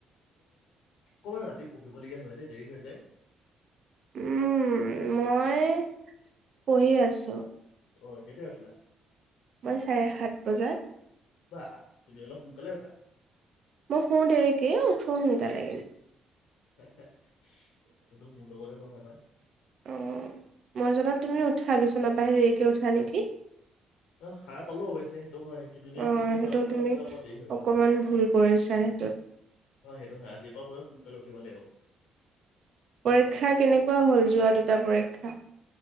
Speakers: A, on the left (about 85°); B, on the right (about 60°).
A: ক'বাত ৰাতি পঢ়িবলগীয়া হয় যে দেৰি হৈ যায়
B: উম মই পঢ়ি আছো <inaudible>
A: অ কেতিয়া উঠিলা
B: মই চাৰে সাত বজাত
A: ব আহ তুমি অলপ সোনকালে উঠা
B: মোৰ শু দেৰিকে উঠু সোনকালে
A: হয়্চা <unintelligible> সেইটো মোৰ লগতে নহয় হয়
B: অ মই জাননা তুমি উঠা বিচনাপা দেৰিকে উঠা নেকি
A: অ সাৰ পালো অৱশ্যে সেইটো হয় কিন্তু এনেই
B: অ',
A: ফোনটো
B: সেইটো
A: চাওঁতে চাওঁতে
B: তুমি
A: চাওঁতে অকণ দেৰি হৈ গল
B: অকমান ভুল কৰিছা সেইটোত।
A: হয় সেইটো হয় আজিৰ পৰা ময়ো সোনকালে উঠিব লাগিব
B: পৰীক্ষা কেনেকুৱা হল যোৱা দুটা পৰীক্ষা